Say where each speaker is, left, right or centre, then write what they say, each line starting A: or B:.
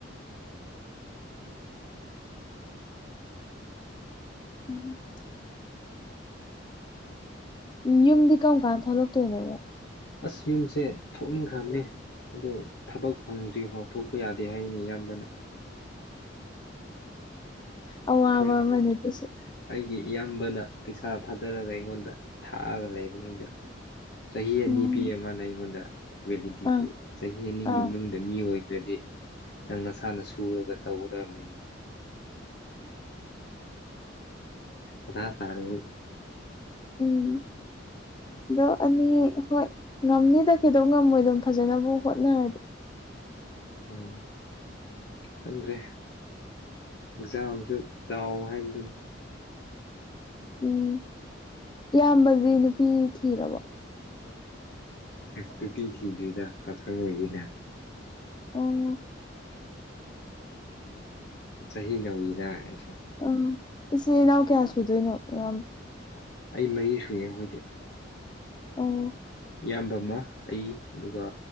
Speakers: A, on the left (about 25°); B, on the left (about 60°).
A: <unintelligible> ꯎꯝ ꯌꯨꯝꯗꯤ ꯀꯔꯝ ꯀꯥꯟ ꯊꯣꯛꯂꯛꯇꯣꯏꯅꯣꯕ
B: ꯑꯁ ꯌꯨꯝꯁꯦ ꯊꯣꯛꯅꯤꯡꯈ꯭ꯔꯕꯅꯦ ꯑꯗꯨ ꯊꯕꯛ ꯐꯪꯗ꯭ꯔꯤꯐꯥꯎ ꯊꯣꯛꯄ ꯌꯥꯗꯦ ꯍꯥꯏꯅꯤ ꯏꯌꯥꯝꯕꯅ
A: ꯑꯣ ꯑꯋꯥꯕ
B: ꯊꯣꯛꯂꯛꯇꯦ.
A: ꯑꯃꯅꯤꯅꯦ ꯑꯗꯨꯁꯨ
B: ꯑꯩꯒꯤ ꯏꯌꯥꯝꯕꯅ ꯄꯩꯁꯥ ꯊꯥꯗꯔꯒ ꯑꯩꯉꯣꯟꯗ ꯊꯥꯛꯑꯒ ꯂꯩꯕ ꯅꯗ ꯆꯍꯤ ꯑꯅꯤ
A: ꯎꯝ
B: ꯄꯤ ꯑꯃꯅ ꯑꯩꯉꯣꯟꯗ ꯂꯗꯗꯤ
A: ꯑꯥ
B: ꯆꯍꯤ
A: ꯑꯥ
B: ꯑꯗ ꯃꯤ ꯑꯣꯏꯗ꯭ꯔꯗꯤ ꯈꯤꯇꯪ ꯅꯁꯥꯅ ꯁꯨꯔꯒ ꯇꯧꯒꯗꯕꯅꯦꯅ ꯑꯗꯥ ꯆꯥꯡ
A: ꯎꯝ ꯑꯗꯣ ꯑꯅꯤ ꯍꯣꯏ ꯉꯝꯅꯤꯗ ꯀꯩꯗꯧ ꯉꯝꯃꯣꯏꯗꯣꯏꯟ ꯐꯖꯅꯕꯕꯨ ꯍꯣꯠꯅꯔꯗꯤ
B: ꯎꯝ ꯈꯪꯗ꯭ꯔꯦ ꯑꯦꯛꯖꯥꯝꯁꯨ ꯂꯥꯎ ꯍꯥꯏꯕꯗꯨꯅꯤ
A: ꯎꯝ ꯏꯌꯥꯝꯕꯗꯤ ꯅꯨꯄꯤ ꯊꯤꯔꯕꯣ
B: ꯅꯨꯄꯤ ꯊꯤꯗꯔ꯭ꯤꯗ ꯄꯥꯈꯪ ꯂꯩꯔꯤꯗ
A: ꯑꯣ
B: ꯆꯍꯤ ꯅꯧꯋꯤꯗ ꯑꯩꯁꯨ
A: ꯎꯝ ꯏꯆꯤꯟ ꯏꯅꯥꯎ ꯀꯌꯥ ꯁꯨꯗꯣꯏꯅꯣ ꯏꯌꯝ
B: ꯑꯩ ꯃꯔꯤ ꯁꯨꯏꯌꯦ ꯍꯣꯏꯗꯤ
A: ꯑꯣ
B: ꯏꯌꯥꯝꯕ ꯑꯃ ꯑꯩ ꯑꯗꯨꯒ